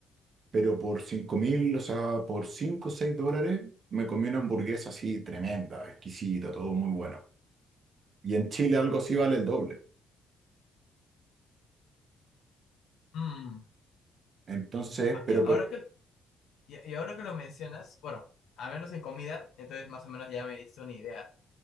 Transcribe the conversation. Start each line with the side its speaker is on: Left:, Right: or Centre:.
Right: pero por 5 mil, o sea, por 5 o 6 dólares me comí una hamburguesa así tremenda, exquisita, todo muy bueno. Y en Chile algo así vale el doble.
Left: Mm.
Right: Entonces,
Left: Ah, Y
Right: pero
Left: ahora
Right: por...
Left: que, y y ahora que lo mencionas, bueno, a menos en comida, entonces más o menos ya me diste una idea.